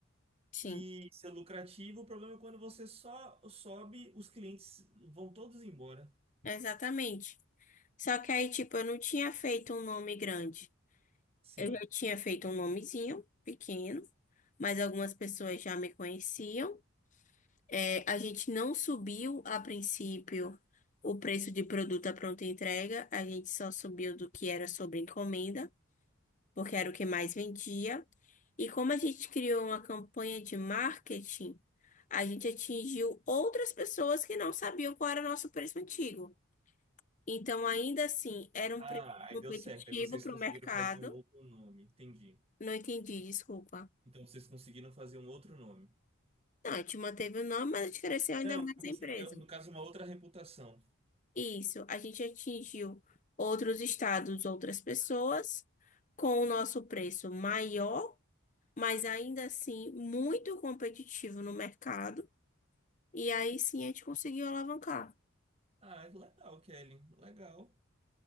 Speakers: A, on the left; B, on the right.
A: sim,
B: E ser lucrativo. O problema é quando você só sobe, os clientes vão todos embora.
A: exatamente. Só que aí, tipo, eu não tinha feito um nome grande.
B: Sim.
A: Eu já tinha feito um nomezinho pequeno, mas algumas pessoas já me conheciam. É, a gente não subiu a princípio o preço de produto à pronta entrega, a gente só subiu do que era sobre encomenda. porque era o que mais vendia. E como a gente criou uma campanha de marketing, a gente atingiu outras pessoas que não sabiam qual era o nosso preço antigo. Então, ainda assim, era um
B: Ah,
A: preço
B: aí
A: competitivo
B: deu certo. Aí vocês
A: para
B: conseguiram
A: o mercado.
B: fazer um outro nome, entendi.
A: Não entendi, desculpa.
B: Então vocês conseguiram fazer um outro nome.
A: Não, a gente manteve o nome, mas a gente cresceu ainda mais
B: eu consegui,
A: a empresa.
B: eu, no caso, uma outra reputação.
A: Isso, a gente atingiu outros estados, outras pessoas, com o nosso preço maior, mas ainda assim muito competitivo no mercado. E aí sim a gente conseguiu alavancar.
B: Ah, é legal, Kelly, legal.